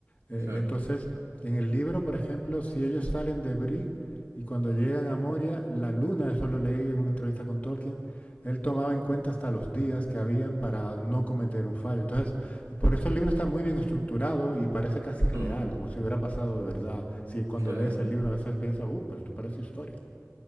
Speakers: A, on the left; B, on the right.
A: Eh,
B: claro,
A: entonces, en el libro, por ejemplo, si ellos salen de Bree y cuando llegan a Moria, la luna, eso lo leí en una entrevista con Tolkien, él tomaba en cuenta hasta los días que habían para no cometer un fallo. Entonces, por eso el libro está muy bien estructurado y parece casi real,
B: mm,
A: como si hubiera pasado de verdad. Si cuando
B: claro.
A: lees el libro a veces piensas, uh, pero esto parece historia.